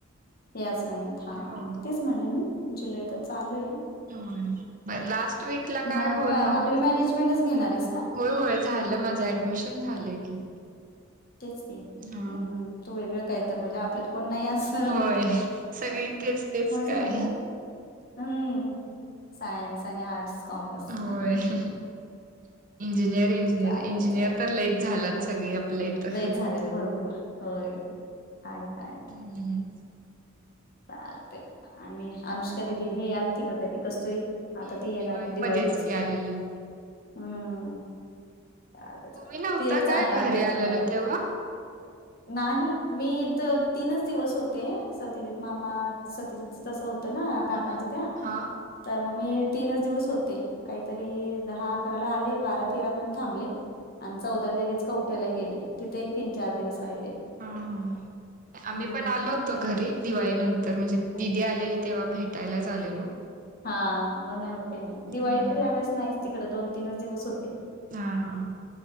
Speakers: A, on the left; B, on the right.
A: याच महिन्यात. हा
B: हो
A: तेच म्हणलं मी जुलै तर चालू आहे.
B: होय मग लास्ट वीकला काय
A: मग
B: होणार
A: बा हॉटेल
B: नाही.
A: मॅनेजमेंटच घेणार आहेस का?
B: होय होय झालं माझं ऍडमिशन झालंय की.
A: तेचकी
B: हा.
A: हम्म तू वेगळं काही तर म्हणजे आपल्यात कोण नाही अस
B: होय. सगळी तेेच तेच काय
A: म्हटलं हं, सायन्स आणि आर्ट्स कॉमर्स.
B: होय इंजिनियरिंग इंजिनियर
A: चालतंय चालतंय.
B: तर लईत झाल्यात
A: हं,
B: सगळी आपल्या इथं.
A: लयच झालेत भरपूर. होय, आहेत आहेत.
B: हम्म, हम्म, हम्म.
A: चालतंय आणि अनुष्कादिदी हि आलती का कधी कस्तूरी. आता
B: दिवाळीमध्येच
A: ती येणार दिवाळीलांच,
B: की आलेली.
A: हम्म. चालत‌ंय चालतंय.
B: तुम्ही नव्हता
A: ते एक चांगलं
B: काय
A: आपल्यात
B: घरी आलेलो
A: बाहेर
B: तेव्हा?
A: नाही मी इथं तीनच दिवस होते. सत्यजित मामा सत्यजीतचं तसं होतं ना काकांचं
B: हा
A: त्या
B: हा
A: तर मग मी तीनच दिवस होते. काहीतरी दहा अकराला आले बारा तेरापर्यंत थांबले. आणि चौदा लगेच कवठ्याला गेले तिथे एक तीन चार दिवस राहिले.
B: हा हा. आम्ही
A: हं.
B: पण आलो होतो घरी दिवाळीनंत तर म्हणजे
A: हं.
B: दिदी आलेली तेव्हा भेटायलाच आलेलो.
A: हा मग न्हवते मी
B: हम्म.
A: दिवाळी तर ह्या वेळेस नाहीच तिकडं दोन तीन दिवसच होते.
B: हा, हा.